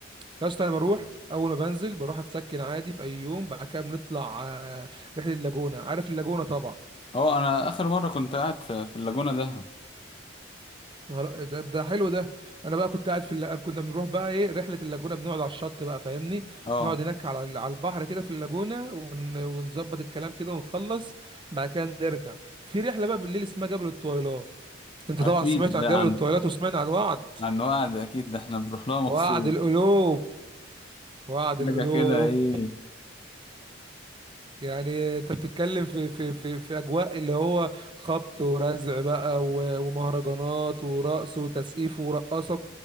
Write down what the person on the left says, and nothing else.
اه انا اخر مره كنت قاعد في, في اللاجونه دهب
اه
اكيد
ده
عن
عن وعد اكيد ده احنا بنروح لها مخصوص
حاجه
كده ايه